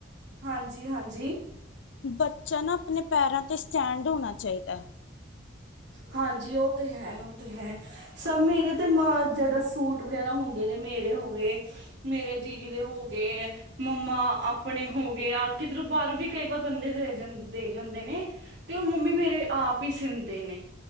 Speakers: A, on the right; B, on the left.
A: ਹਾਂਜੀ- ਹਾਂਜੀ।
B: ਬੱਚਾ ਨਾ ਆਪਣੇ ਪੈਰਾਂ ਤੇ ਸਟੈਂਡ ਹੋਣਾ ਚਾਹੀਦਾ।
A: ਹਾਂਜੀ ਉਹ ਤੇ ਹੈ ਉਹ ਤੇ ਹੈ ਸ ਮੇਰੇ ਤੇ ਮ ਜਦ ਸੂਟ ਵਗੈਰਾ ਹੁੰਦੇ ਨੇ ਮੇਰੇ ਹੋ ਗਏ ਮੇਰੇ ਦੀਦੀ ਦੇ ਹੋ ਗਏ ਮੰਮਾ ਆਪਣੇ ਹੋ ਗਏ ਆ ਕਿਧਰ ਬਾਹਰੋਂ ਵੀ ਕਈ ਵਾਰ ਬੰਦੇ ਦੇ ਦੇ ਜਾਂਦੇ ਨੇ ਤੇ ਉਹ ਮੰਮੀ ਮੇਰੇ ਆਪ ਹੀ ਸੀਦੇਂ ਦੇਣੇ